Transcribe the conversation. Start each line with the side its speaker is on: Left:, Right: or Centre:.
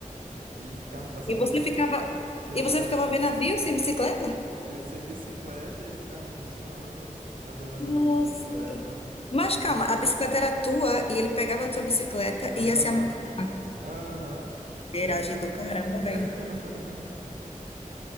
Right: e ficava passando
Left: E você
Right: a minha.
Left: ficava,
Right: f- E eu
Left: e
Right: ficava,
Left: você ficava
Right: se-
Left: vendo navio sem bicicleta?
Right: eu sem bicicleta e ele ficava me zoando, andando na
Left: Nossa,
Right: minha bicicleta.
Left: cara. Mas
Right: Na...
Left: calma, a bicicleta era tua e ele pegava a tua bicicleta
Right: Aham,
Left: e ia se amostrar.
Right: Aham,
Left: Viragem
Right: essa.
Left: do caramba,
Right: <laughs>
Left: velho.